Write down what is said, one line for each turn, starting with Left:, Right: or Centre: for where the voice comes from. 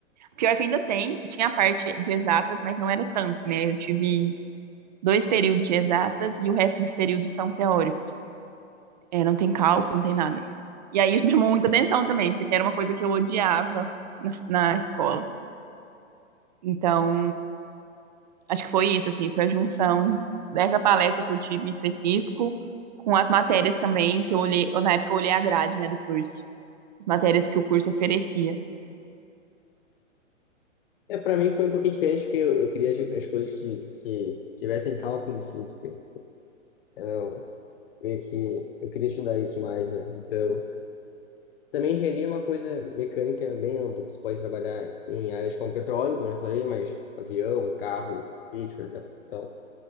Right: Pior que ainda tem, tinha a parte de exatas, mas não era tanto, né? Eu tive dois períodos de exatas e o resto dos períodos são teóricos. É, não tem cálculo, não tem nada. E aí isso me chamou muita atenção também, porque era uma coisa que eu odiava na, na escola. Então, acho que foi isso, assim, foi a junção dessa palestra que eu tive em específico com as matérias também que eu olhei, eu, na época eu olhei a grade, né, do curso. as matérias que o curso oferecia.
Left: É, para mim foi um pouquinho diferente porque eu, eu queria as as coisas que, que tivessem cálculo e física. Era meio que eu queria estudar isso mais, né? Então, Também engenharia é uma coisa mecânica bem ampla, que você pode trabalhar em áreas como petróleo, como eu já falei, mas avião, carro, leite, por exemplo. Então,